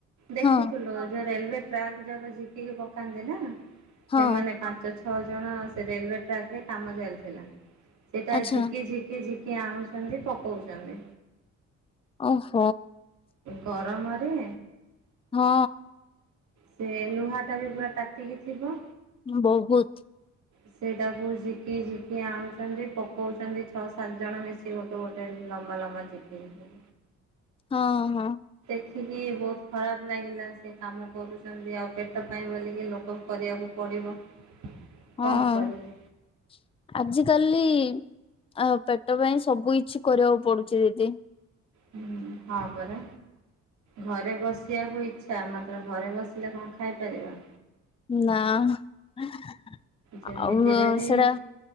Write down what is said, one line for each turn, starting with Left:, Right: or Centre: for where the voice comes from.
Right: ଦେଖୁଥିଲୁ
Left: ହଁ
Right: ଆ ଯେଉ ରେଲୱେ ଟ୍ରାକ୍ ଯାକ ଝିକିକି ପକାନ୍ତି ନା।
Left: ହଁ
Right: ସେମାନେ ପାଞ୍ଚ ଛ ଛଅ ଜଣ ସେ ରେଲୱେ ଟ୍ରାକରେ କାମ ଚାଲିଥିଲା। ସେଇଟା
Left: ଆଚ୍ଛା
Right: ଝିକି ଝିକି ଝିକି କିଏ ଆଣୁଛନ୍ତି ପ ହଉଛନ୍ତି।
Left: ଓହୋ
Right: ଗରମରେ
Left: ହଁ।
Right: ସେ ଲୁହା ଟା ବି ପୁରା ତାତିକି ଥିବ।
Left: ବହୁତ
Right: ସେଇଟାକୁ ଝିକି ଝିକି ଆଣୁଛନ୍ତି ପକଉଛନ୍ତି। ଛଅ ସାତ ଜଣ ମିଶି ଗୋଟେ ଗୋଟେ ଲମ୍ବା ଲମ୍ବା ଝିକି ଝି
Left: ହଁ ହଁ।
Right: ସେତିକି ବହୁତ ଖରାପ ଲାଗିଲା ସେ କାମ କରୁଛନ୍ତି ଆଉ ପେଟ ପାଇଁ ବୋଲିକି ଲୋକ କରିବାକୁ ପଡ଼ିବ। କଣ
Left: ହଁ
Right: କରିବେ
Left: <inaudible> ଆଜିିକାଲି ଆ ପେଟ ପାଇଁ ସବୁ କିଛି କରିବାକୁ ପଡୁଛି ଦିଦି।
Right: ହୁଁ ହଁ ପରା ଘରେ ବସିବାକୁ ଇଛା ମାତ୍ର ଘରେ ବସିଲେ କଣ ଖାଇପାରିବା।
Left: ନା <inaudible>
Right: ଯେମିତିରେ
Left: ଆଉ
Right: ବି
Left: ସେଟା